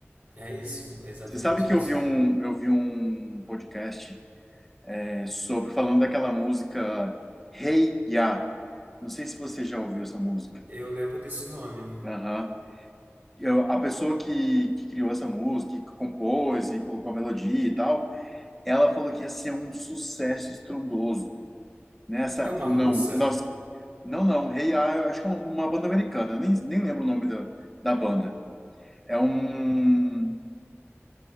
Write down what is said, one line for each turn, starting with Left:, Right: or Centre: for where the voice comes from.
Right: É isso, é exatamente
Centre: Você sabe que
Right: isso.
Centre: eu vi um, eu vi um podcast é, sobre falando daquela música Hey Ya. Não sei se você já ouviu essa música.
Right: Eu lembro desse nome.
Centre: Aham. Eu- a pessoa que, que criou essa música, que compôs e colocou a melodia e tal, ela falou que ia ser um sucesso estrondoso. Nessa,
Right: É uma
Centre: falou,
Right: russa?
Centre: não, nós, não, não, Hey Ya, eu acho que é uma banda americana, eu nem, nem lembro o nome da, da banda. É um.